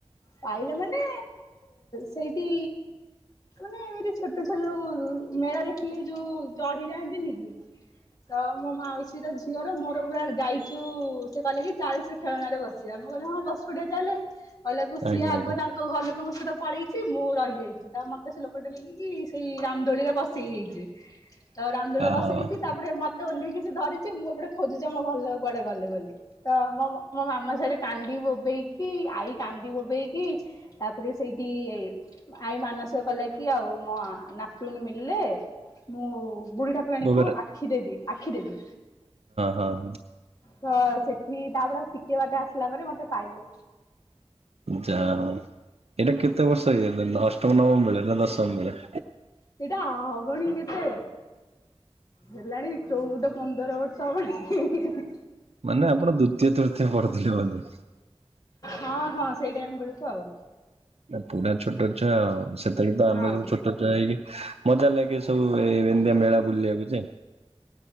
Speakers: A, on the left; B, on the right.
A: ପାଇଲ ମାନେ ସେଇଠି ମାନେ ରି ଛୋଟ ଛୁଆ ଯୋଉ ମେଳା ଦେଖିଲେ ଯୋଉ ଚଢି ଯାଆନ୍ତିନି କି? ତ ମୋ ମାଉସୀ ର ଝିଅର ମୋର ପୁରା ଯାଇଛୁ। ସେ କହିଲା କି ଚାଲ ସେ ଖେଳଣାରେ ବସିବା। ମୁଁ କହିଲି ହଁ ବସି ପଡିଆ ଚାଲେ, କହିଲାକୁ ସିଏ
B: ଆଜ୍ଞା
A: ଆଗ
B: ଆଜ୍ଞା
A: ତାଙ୍କ ଘର ଲୋକଙ୍କ ସହିତ ପଳେଇଛି, ମୁଁ ରହିଯାଇଛି ତା ମତେ ସେ ଲୋକଟେ ନେଇକି ସେଇ ରାମଦୋଳିରେ ବସେଇ ଦେଇଛି। ତ ରାମଦୋଳି ବସେଇ
B: ହଁ
A: ଦେଇଛି ତାପରେ ମତେ ଓହ୍ଲେଇକି ସେ ଧରିଛି। ମୁଁ ଏପଟେ ଖୋଜୁଛି ଆମ ଘର ଲୋକ କୁଆଡେ ଗଲେ। ବୋଲି ତ ମୋ ମାମା ସିଆଡ଼େ କାନ୍ଦି ବୋବେଇକି ଆଈ କାନ୍ଦି ବୋବେଇକି ତାପରେ ସେଇଠି ଆଈ ମାନସିକ କଲା କି ଆଉ ମୋ ନାତୁଣୀ ମିଳିଲେ, ମୁଁ ବୁଢୀଠା ଠାକୁରାଣୀଙ୍କୁ
B: ହଁ
A: ଆଖି ଦେବି ଆଖି ଦେବି।
B: ହଁ
A: ତ ସେଠି ତାପରେ ଆଉ ଟିକେ ବାଟେ ଆସିଲା ପରେ ମତେ ପାଇଲେ।
B: ଯାହଉ ଏଇଟା କେତେ ବର୍ଷ ହେଇଗଲା ଅଷ୍ଟମ ନବମ ବେଳେ ନା ଦଶମ ବେଳେ।
A: ସେଇଟା ହବଣି କେତେ ହେଲାଣି ଚୋଉଦ ପନ୍ଦର ବର୍ଷ ହବଣି।
B: ମାନେ ଆପଣ ଦ୍ୱିତୀୟ ତୃତୀୟ ପଢ଼ୁଥିଲେ ବୋଧେ।
A: ହଁ ହଁ ସେଇ ଟାଇମ ବେଳକୁ ଆଉ।
B: ଆ ପୁରା ଛୋଟ ଛୁଆ ଆଉ ସେତେବେଳେ ତ
A: ହଁ।
B: ଆମେ ଛୋ ଛୋଟ ହେଇକି ମଜା ଲାଗେ ସବୁ ଏମିତିଆ ମେଳା ବୁଲିବାକୁ ଯେ।